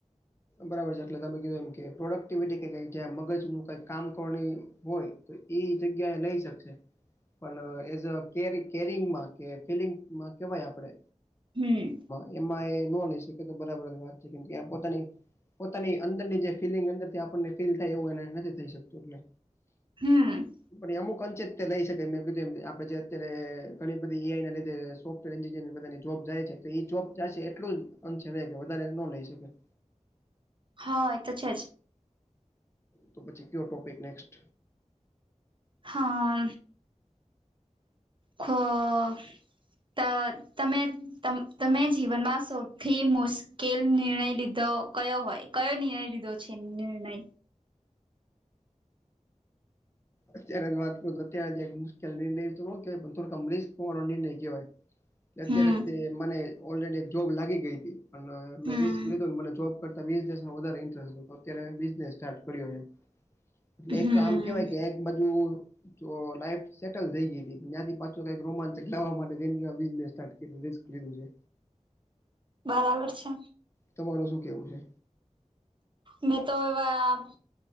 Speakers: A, on the left; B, on the right.
A: બરાબર છે એટલે તમે કીધું એમ કે પ્રોડક્ટિવિટી કે કઈક જ્યાં મગજનું કંઈક કામ કરવાની હોય. તો એઈ જગ્યા એ લઈ શકશે. પણ એઝ <inaudible> કે ફિલિંગમાં કેવાય આપણે
B: હમ
A: <inaudible> એમાં એ ન લઈ શકે તો બરાબર વાત છે કેમ પોતાની પોતાની અંદરની જે ફીલિંગ અંદરથી આપને ફીલ થાય એવું એને નથી થઈ શકતું એટલે
B: હમ
A: પણ એ અમુક અંચિત લઈ શકે મે આપડે જે અત્યારે ઘણી બધી એઆઈ ના લીધે સોફ્ટવેર એન્જિનિયર બધાની જોબ જાય છે તો એ જોબ જાશે એટલુ જ અંશ છે રહે કે વધારે ન લઈ શકે. હ
B: હા એ તો છે જ.
A: તો પછી કયો ટોપિક નેક્સ્ટ.
B: હા ખ તો તમે તમે જીવનમાં સૌથી મુશ્કેલ નિર્ણય લીધો કયો હોય? કયો નિર્ણય લીધો છે નિર્ણય?
A: અત્યારે જ વાત કરું તો અત્યારે એક મુશ્કેલ નિર્ણય કેવાય પણ થોડક અમલીશ ખવાનો નિર્ણય કહેવાય. અત્યારે
B: હમ
A: જ તે મને ઓલરેડી એક જોબ લાગી ગઈ હતી, પણ
B: હમ
A: મેં રિસ્ક લીધુંને મને જોબ કરતા વીસ દિવસમાં વધારે ઇન્ટરેસ્ટ ગયો તો. અત્યારે બિઝનેસ સ્ટાર્ટ કર્યો છે. એટલે
B: હમ
A: એક કામ કેવાય કે એક બાજુ તો લાઈફ સેટલ થઈ ગઈ તી, ત્યાંથી પાછો કઈક રોમાંચક લાવવા માટે ઈ નેવા બિઝનેસ સ્ટાર્ટ એક રિસ્ક મયલુ છે.
B: બરાબર છે.
A: તમારું શું કેવું છે?
B: મેં તો એવા